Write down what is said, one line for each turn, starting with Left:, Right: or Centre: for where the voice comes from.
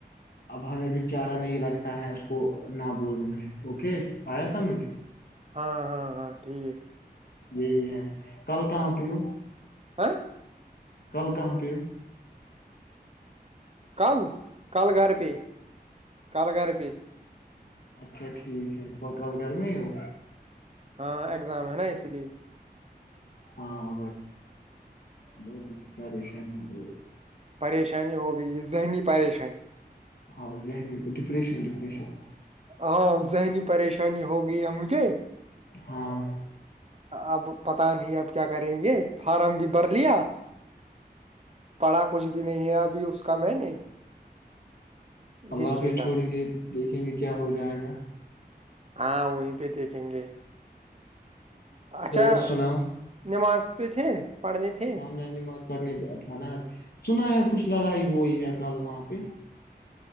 Left: اب ہمیں بھی چارہ نہیں رکھتا ہے اس کو نہ بولنے میں اوکے آیا سمجھ
Right: ہاں ہاں ہاں ٹھیک
Left: یہی ہے کل کہاں پی ہ
Right: آ
Left: کل کہاں پ
Right: کل کل گھر پ کلگررب
Left: اچھا ٹھیک ہے بہت ڈر میں ہو
Right: ہاں ایگزام ہے نا اسی لیے
Left: ہاں بہت اس پریشانی ہو
Right: پریشانی ہو گئی ذہنی پریشانی
Left: ہاں ذہنی ڈپریشن ڈپریشن
Right: ہاں ذہنی پریشانی ہو گئی ہے مجھے
Left: ہاں
Right: اب پتا نہیں اب کیا کریں گے فارم بھی بھر لیا پڑا کچھ بھی نہیں ہے ابھی اس کا میں نے
Left: اللہ
Right: ہسٹری
Left: پ چھوڑیں
Right: کا
Left: گے دیکھیں گے کہ کیا ہو جائے گا
Right: ہاں وہیں پہ دیکھیں گے اچھا
Left: اور سنا
Right: نمازاز پ تھے پڑھنے تھے
Left: ہاں میں نے مت کرنے کا تھا نا سنا ہے کچھ لڑائی ہوئی ہے کل وہاں پہ